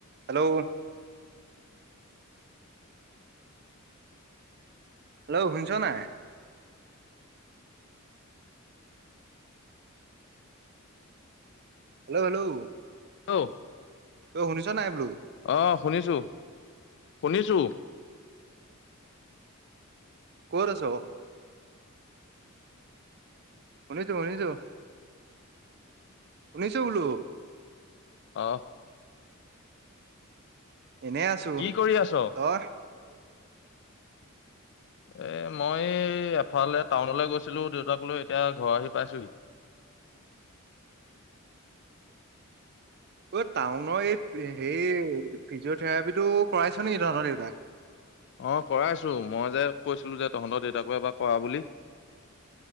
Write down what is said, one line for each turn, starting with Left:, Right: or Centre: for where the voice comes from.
Right: হেল্ল'উ হেল্ল'ও শুনিছ নাই হেল্ল' হেল্ল'
Left: <unintelligible>
Right: ঐ শুনিছ নাই বোলো
Left: অহ শুনিছো, শুনিছো
Right: ক'ত আছ শুনিছোঁ শুনিছোঁ, শুনিছোঁ বোলো
Left: অ
Right: এনেই আছো,
Left: কি কৰি আছ
Right: তই
Left: এ মই এফালে টাউনলৈ গৈছিলো দেউতাক লৈ এতিয়া ঘৰ আহি পাইছোহী
Right: ঐ টাউনৰ এইপ হেই ফিজিঅ'থেৰাপি টো কৰাইছ নেকি তহঁতৰ দেউতাক
Left: অ কৰাইছো মই যে কৈছিলো যে তহঁতৰ দেউতাকো এবাৰ কৰা বুলি